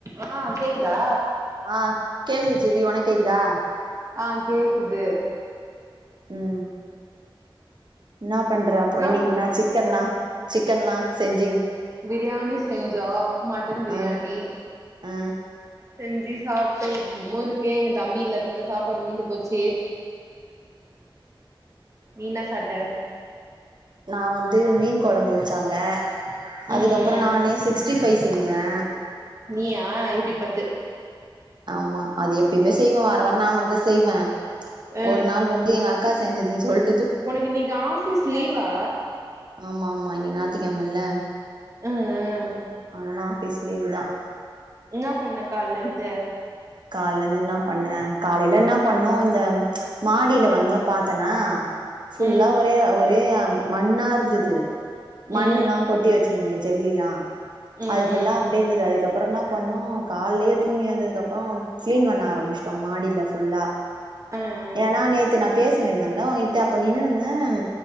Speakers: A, on the right; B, on the right.
A: ஆ கேக்குதா
B: ஆ கேக்குது ஜிவி உனக் கேக்குதா
A: ஆ கேக்குது
B: ம் இன்னா பண்ற அப்புறோ
A: என்னா
B: இன்னிக்கு
A: பண்ற
B: என்ன சிக்கன்லா சிக்கன்லா செஞ்
A: பிரியாணி செஞ்சா மட்டன் பிரியாணி
B: ஆ ஆ
A: செஞ்சி சாப் ஒன்னுமும் இருக்கே எங்க தம்பில்ல நல்லா சாப்பாடு மீந்து போச்சு நீங்க சட்ட
B: நான் வந்து மீன் குழம்பு வச்சாங்க
A: ம்
B: அதுக்கப்புறோம்
A: ம்
B: நானே சிக்ஸ்டி பை செஞ்சேன்
A: நீயா யூ டியூப் பாத்து
B: ஆமா அது எப்பயுமே செய்வேன் வார வாரம் நான் மட்டும் தான் செய்வேன்
A: ஆ
B: ஒரு நாள் வந்து எங்க அக்கா செஞ்சதுன்னு சொல்
A: உனக்கு இன்னிக்கு ஆபீஸ் லீவா
B: ஆமா ஆ மா இன்னிக்கி ஞாயித்துகேழமல
A: ம் ம்
B: ஆனா எஸ் லீவ் தான்
A: இன்னா பண்ணக்கால்லந்து
B: கால்லந்து இன்னா பண்ணேன் காலையில இன்னா பண்ணோம் இந்த மாடியில வந்தோம் பாத்தேனா ஃபுல்லா
A: ம்
B: ஒரே ஒரே மண்ணா இருந்தது மண்ணு
A: ம்
B: எல்லாம் கொட்டி வெச்சிருந்தீங்க ஜெல்லிலா
A: ம்
B: அது ஃபுல்லா
A: ம்
B: அப்டியே இருந்தது அதுக்கப் அப்புறோம் என்னா பண்ணோம் கால்லயே தூங்கி ஏந்ததுக்கு அப்புறோம் க்ளீன் பண்ண ஆரம்பிச்சுட்டோம் மாடியில ஃபுல்லா
A: ஆ ஆ
B: ஏன்னா நேத்து நா பேசி இருந்தேன்ல ஒன்ட்ட அப்ப நின்னுன்னு இருந்தேன்